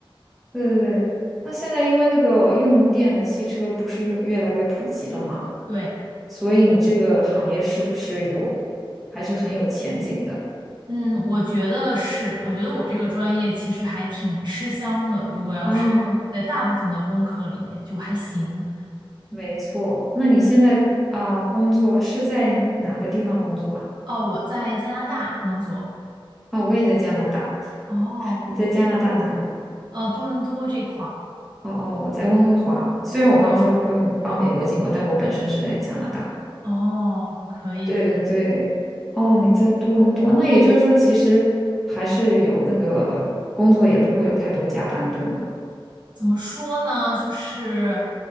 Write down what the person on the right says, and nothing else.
对，
嗯，我觉得是，我觉得我这个专业其实还挺吃香的，如果要是在大部分的工科里面就还行。
哦，我在加拿大工作，
哦
呃，多伦多这块儿。
哦，可以的。
怎么说呢？就是